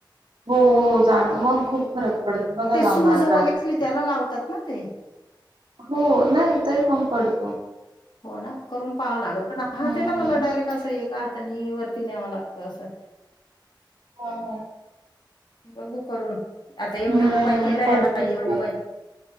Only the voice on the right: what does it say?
हो जाण मग खूप फरक पडत... बघा
लावून
आज
रात्री
हो नाही तरी प.. पडतो.
हम्म
ह ह...
नाही
नाही
पडतोच
पडतो